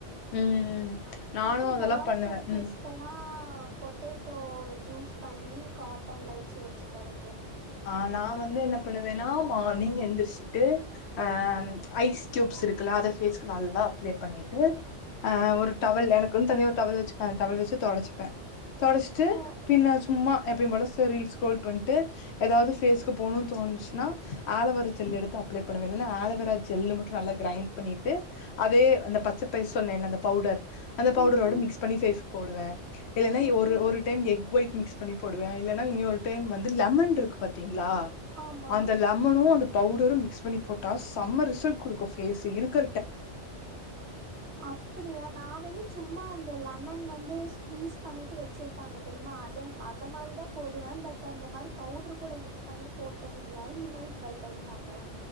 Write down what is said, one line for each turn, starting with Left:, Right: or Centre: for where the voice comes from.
Left: ம் ம்
Right: அ
Left: நானு
Right: அப்புறம்
Left: அதெல்லா
Right: டார்க்
Left: பண்ணுவே
Right: சர்க்கிள்ஸ்கெல்லாம்
Left: ம்
Right: பொட்டேட்டோவை ஜூஸ் பண்ணி காட்டன்ல வச்சு வச்சுக்கிறது
Left: ஆஹ் நா வந்து எனக்கு என்னவேன்னா மார்னிங் எழுந்திரிச்சுட்டு அஹ் ஐஸ் க்யூப்ஸ் இருக்குல்ல அதை பேஸ்கு நல்லா அப்ளை பண்ணிட்டு அஹ் ஒரு டவல் எனக்குன்னு தனிய ஒரு டவல் வச்சுப்பே அந்த டவல் வச்சு தொடச்சுப்பே தொடடைச்சிட்டு
Right: ஓ
Left: பின்ன சும்மா எப்பயும் போல <unintelligible> பண்ணிட்டு போ எதாவது ஃபேஸுக்கு போகணு தோணுச்சன்னா ஆலவரா ஜெல் எடுத்து அப்ளை பண்ணுவேன் இல்லைன்னா ஆலோவரா ஜெல்லு மட்டும் நல்லா கிரைண்ட் பண்ணிட்டு அதே அந்த பச்சை பைச <unintelligible> அந்த பவுடர் அந்த பவுடரோட
Right: ம் ம்
Left: மிக்ஸ் பண்ணி பேஷ் போடுவே இல்ன்னா
Right: ம்
Left: ஒரு
Right: ம்
Left: ஒரு டைம் எக் ஒயிட் மிக்ஸ் பண்ணி போடுவேன் இல்லைன்னா இன்னி ஒரு டைம் வந்து லெமன் இருக்கும் பத்தீங் லா
Right: ஆமா
Left: அந்த லெமனும் அந்த பவுடரும் மிக்ஸ் பண்ணி போட்டா செம ரிசல்ட் கொடுக்கும் பேஸு இருக்க
Right: அப்படியா நா வந்து சும்மா அந்த லெமன் வந்து ஸ்க்வீஸ் பண்ணிட்டு வச்சிருப்பாங்க தெரியுமா அத அத மாரி தா போடுவே பட் அந்த மாரி பவுட்ரு கூட மிக்ஸ் பண்ணி போட்டதில்ல இனிமல் ட்ரை பண்ணி பாக்கற